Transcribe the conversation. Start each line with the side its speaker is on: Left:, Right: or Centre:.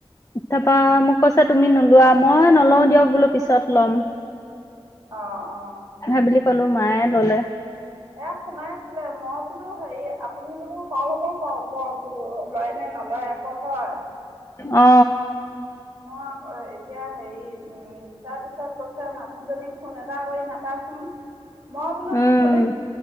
Left: ইতিপা মোক কৈছো তুমি নোলোৱা মই নলওঁও দিয়ক বোলো পিছত ল'ম
Right: অঁ অঁ
Left: ভ বুলি কলো মায়ে ললে
Right: এ সোমাই আছিলে মই বোলো হেৰি আপুনি বোলো তালকে যাওক যাওক বোলো লয় নে নলয় আকৌ হয়
Left: অ
Right: মই এতিয়া হেৰি উ তাৰপিছত কৈছ মানুহজনীক ফোন এটা কৰি নটাাচোন মই আপোনাক
Left: উম
Right: মোক কোনে